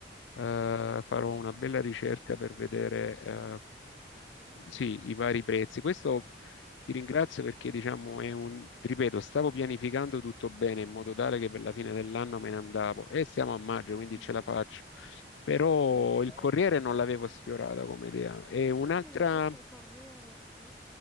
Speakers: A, on the left; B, in the centre.
A: eh, farò una bella ricerca per vedere eh, sì, i vari prezzi. Questo ti ringrazio perché diciamo è un, ti ripeto, stavo pianificando tutto bene in modo tale che per la fine dell'anno me ne andavo e siamo a maggio, quindi
B: mhm.
A: ce la faccio.
B: Eh,
A: Però
B: sì, certo.
A: il Corriere non l'avevo sfiorata come idea. E
B: Sì,
A: un'altra.
B: sì, e questo corriere, sì,